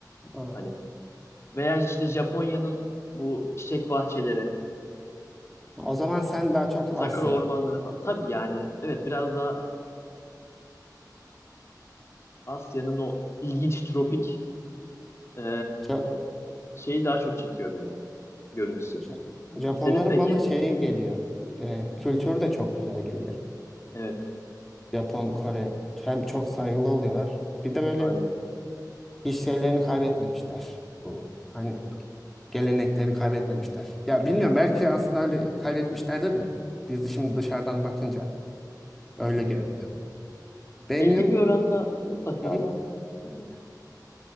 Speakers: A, in the centre; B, on the left.
A: Aa.
B: Hani veya işte Japonya'nın bu çiçek bahçeleri,
A: O zaman sen daha çok
B: sakura
A: Asya.
B: ormanları falan. Tabii yani evet biraz daha Asya'nın o ilginç tropik e,
A: Ja-
B: şeyi daha çok çekiyor beni görüntüsü.
A: Ja- Japonların
B: Senin peki?
A: bana şeyi geliyor. E, kültürü de çok güzel geliyor.
B: Evet.
A: Japon, Kore. Hem çok saygılı oluyorlar. Bir de böyle
B: Aynen.
A: hiç şeylerini kaybetmemişler. Bu hani geleneklerini kaybetmemişler. Ya bilmiyorum belki aslında öyle kaybetmişlerdir de. Biz şimdi dışarıdan bakınca öyle görünüyor. Benim
B: Belli bir oranda mutlaka
A: Hı hı.
B: yani. Hı hı.